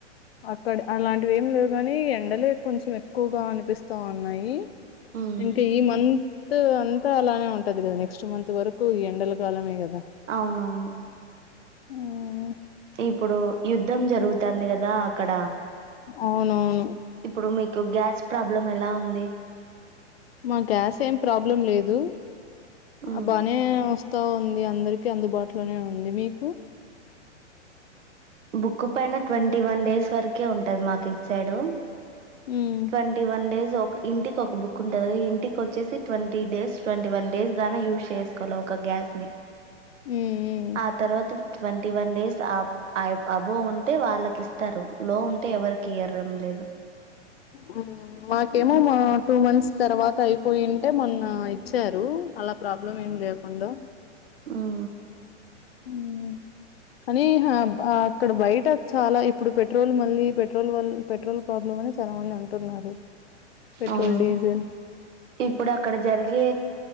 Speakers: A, on the left (about 55°); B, on the right (about 80°).
A: అక్కడ అలాంటివి ఏం లేవు గాని ఎండలే కొంచెం ఎక్కువగా అనిపిస్తా ఉన్నాయి
B: మ్మ్.
A: ఇంకా ఈ మంత్ అన్ అంత అలానే ఉంటది గదా నెక్స్ట్ మంత్ వరకు ఈ ఎండల కాలమే గదా
B: అవునవును
A: మ్మ్ ఉ
B: ఇప్పుడు యుద్ధం జరుగుతంది గదా అక్కడ
A: అవునవును
B: ఇప్పుడు మీకు గ్యాస్ ప్రాబ్లం ఎలా ఉంది
A: మా గ్యాస్ ఏం ప్రాబ్లం లేదు
B: మ్మ్.
A: అబ్బానే వస్ తా ఉంది అందరికి అందుబాటులోనే ఉంది. మీకు?
B: బుక్ పైన ట్వంటీ వన్ డేస్ వరకే ఉంటది మాకు ఇట్ సైడు
A: మ్మ్
B: ట్వంటీ వన్ డేస్ ఒక్ ఇంటికి ఒక్ బుక్ ఉంటది ఇంటికి వచ్చేసి twenty days twenty one days దా యూజ్ చేసుకోలా ఒక గ్యాస్ ని
A: మ్మ్
B: ఆ తర్వాత ట్వంటీ వన్ డేస్ ఆప్ ఆయి బ్ అబోన్ తే వాళ్ళకి ఇస్తారు లో ఉంటే ఎవరికి ఈరడం లేదు
A: మ్మ్ మాకేమో
B: ఉమ్
A: మా టూ మంత్స్ తర్వాత అయిపోయుంటే మొన్న ఇచ్చారు అలా ప్రాబ్లం ఏం లేకుండా
B: ఉ ఉ
A: మ్మ్ కానీ హా మ్ బ అక్కడ బయట చాలా ఇప్పుడు పెట్రోల్ మళ్ళీ పెట్రోల్ వాల్ పెట్రోల్ ప్రాబ్లం అని చాలా మంది అంటున్నారు పెట్రోల్
B: అవును
A: డీజిల్
B: ఇప్పుడు అక్కడ జరిగే